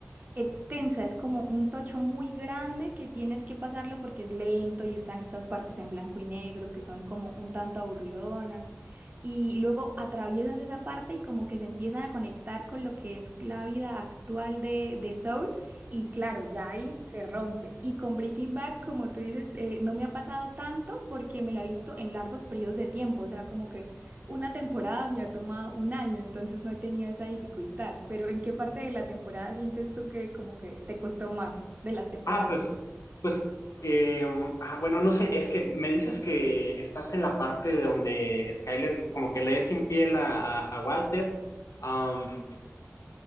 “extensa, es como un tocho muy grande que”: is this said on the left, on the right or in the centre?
Right